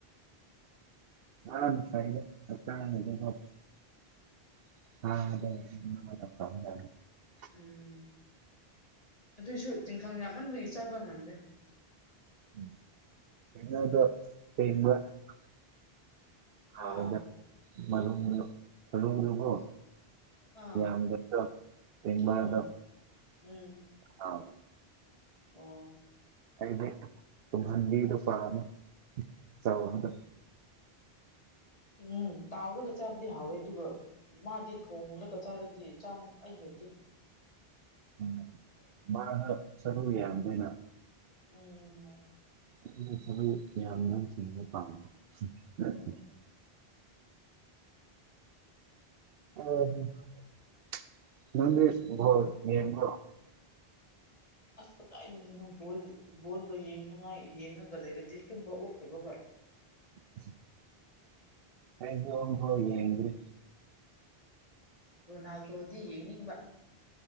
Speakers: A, on the right; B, on the left.
A: <unintelligible> <inaudible> <unintelligible>
B: ꯎꯝ ꯑꯗꯨꯏꯁꯨ ꯇꯤꯡꯈꯪ ꯌꯥꯝꯃꯟꯕꯒꯤ ꯆꯥꯕ ꯉꯝꯗꯦ
A: <unintelligible>
B: ꯍꯥꯥ
A: ꯍꯥꯟꯅꯗ ꯃꯔꯨꯝꯗꯣ ꯃꯔꯨꯝꯗꯣꯀꯣ
B: ꯑꯥ
A: ꯌꯥꯝꯗꯦꯀꯣ ꯄꯦꯡꯕꯥꯗꯣ
B: ꯎꯝ ꯎꯝ
A: ꯑꯥ
B: ꯑꯣ
A: ꯑꯩꯗ ꯇꯨꯡꯍꯟꯕꯤꯗꯣ ꯄꯥꯝꯃꯦ ꯑꯆꯧꯕꯗꯣ
B: ꯎꯝ ꯇꯥꯎꯔꯒ ꯆꯥꯕꯗꯤ ꯍꯥꯎꯋꯦ ꯑꯗꯨꯒ ꯃꯥꯗꯤ ꯊꯣꯡꯂꯒ ꯆꯥꯔꯗꯤ ꯆꯥꯟ ꯑꯩ ꯍꯩꯇꯦ
A: ꯎꯝ ꯃꯥꯅ ꯁꯥꯔꯨ ꯌꯥꯝꯕꯅꯤꯅꯥ
B: ꯎꯝ
A: <unintelligible>
B: ꯎꯝ
A: ꯑꯣ <unintelligible> ꯅꯪꯗꯤ ꯕꯣꯜ ꯌꯦꯡꯕ꯭ꯔꯣ
B: ꯑꯁ ꯀꯗꯥꯏꯗꯒꯤꯅꯣ ꯕꯣꯜ ꯕꯣꯜꯒ ꯌꯦꯡꯅꯤꯡꯉꯥꯏ ꯌꯦꯡꯉꯒ ꯂꯩꯔꯕꯗꯤ ꯇꯨꯝꯕ ꯑꯣꯛꯇꯕꯒ
A: <unintelligible> <inaudible> ꯑꯩꯁꯨ ꯑꯝꯐꯥꯎ ꯌꯦꯡꯗ꯭ꯔꯤ
B: ꯔꯣꯅꯥꯜꯗꯣꯗꯤ ꯌꯦꯡꯅꯤꯡꯕ